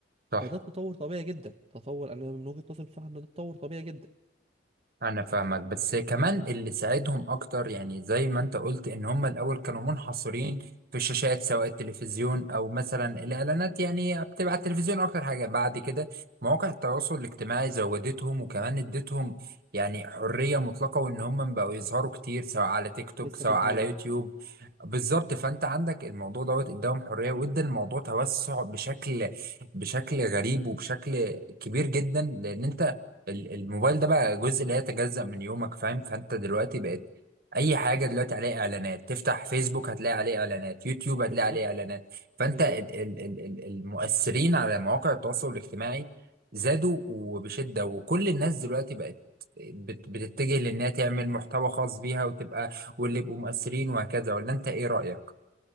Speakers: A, on the right (about 55°); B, on the right (about 35°).
A: صح
B: فده تطور طبيعي جدا تطور انا من وجهة نظري بصراحة ان ده تطور طبيعي جدا
A: انا فاهمك بس كمان اللي ساعدهم اكتر يعني زي ما انت قلت ان هم الاول كانوا منحصرين في الشاشات سواء التلفزيون او مثلا الاعلانات يعني بتبقى على التلفزيون اكتر حاجة بعد كده مواقع التواصل الاجتماعي زودتهم وكمان ادتهم يعني حرية مطلقة وان هم بقوا يظهروا كتير سواء على تيك توك
B: لسه
A: سواء
B: كنت
A: على
B: هقول
A: يوتيوب
B: لك صح
A: بالظبط فانت عندك الموضوع دوت اداهم حرية وادى الموضوع توسع بشكل بشكل غريب وبشكل كبير جدا لان انت ال- الموبايل ده بقى جزء لا يتجزأ من يومك فاهم فانت دلوقتي بقت اي حاجه دلوقتي عليها اعلانات تفتح فيسبوك هتلاقي عليه اعلانات يوتيوب هتلاقي
B: بالظبط
A: عليه اعلانات فانت
B: بالظبط
A: ال ال ال ال المؤثرين على مواقع التواصل الاجتماعي زادوا وبشده وكل الناس دلوقتي بقت بت- بتتجه لانها تعمل محتوى خاص بيها وتبقى واللي يبقوا مؤثرين وهكذا ولا انت ايه رأيك؟